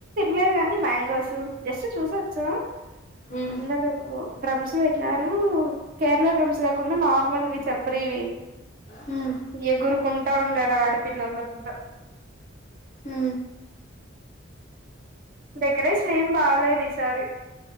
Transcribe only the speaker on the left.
హ్మ్
హ్మ్
ఉ